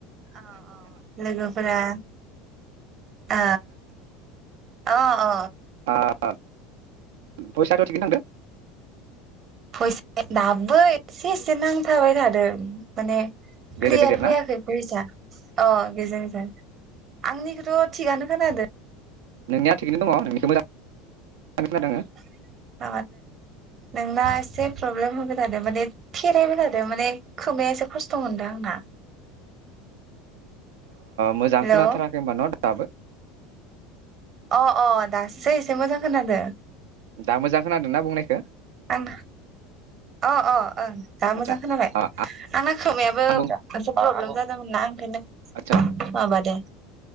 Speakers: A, on the right; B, on the right.
A: औ औ लोगोफोरा औ। अ अ
B: अ अ फैसाथ थगि थांदों।
A: फैसा दाबो एसे एसे नांथाबाय थादों माने
B: गेजेर
A: क्लियार
B: गेजेर ना
A: फैयाखै वौइसआ गोजों गोजान आंनिखौथ थिगानो खोनादों।
B: नोंनि आ थिगगैनो दङ नोंखौ मोजां खोनादों
A: <inaudible>
B: आङो
A: नोंना एसे प्रब्लेम होबाय थादो माने थेरायबाय थादो माने खोमाया एसे खस्थ मोनदों आंना।
B: मोजां
A: हेलौ
B: खोनाथाराखै होनोमबा न दाबो?
A: अ अ दासो एसे मोजां खोनादों।
B: दा मोजां खोनादों ना बुंनायखौ।
A: आं अ अ ओ दा
B: आदसा
A: मोजां खोनाबाय
B: आं
A: आंना खोमायाबो
B: बुं
A: मोनसे प्रब्लेम जादोंमोन ना आंखोनो
B: आदसा
A: माबा दे